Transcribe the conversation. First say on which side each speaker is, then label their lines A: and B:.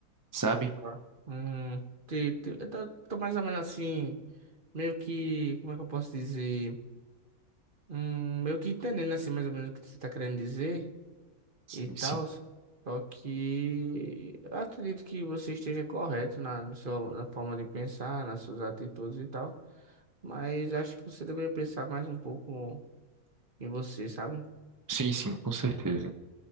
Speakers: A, on the right; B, on the right.
A: Sabe?
B: Tá. Hum, te, te- eu tô, tô mais ou menos assim, meio que, como é que eu posso dizer? Hum, meio que entendendo assim, mais ou menos o que você tá querendo dizer
A: Sim,
B: e tal.
A: sim.
B: Só que eu acredito que você esteja correto na, no seu na forma de pensar, nas suas atitudes e tal. Mas acho que você deveria pensar mais um pouco em você, sabe?
A: Sim, sim, com certeza.